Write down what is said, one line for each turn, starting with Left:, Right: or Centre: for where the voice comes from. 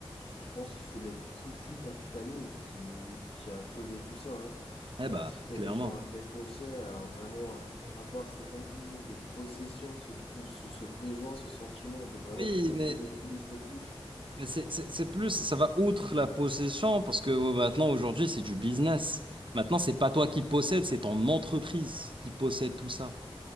Left: je pense que c'est les foutus capitalisme qui, qui a causé tout ça, hein. C'est
Right: Eh bah,
Left: inciter
Right: clairement.
Left: les gens à dépenser, à vraiment à- avoir cet engouement de possession, ce, be- ce, ce besoin, ce sentiment de vraiment
Right: Oui,
Left: posséder
Right: mais,
Left: plus et plus.
Right: mais c'est c'est- c'est
Left: Et
Right: plus, ça va outre la possession parce que euh, maintenant, aujourd'hui, c'est du business. Maintenant, c'est pas toi qui possèdes, c'est ton entreprise qui possède tout ça.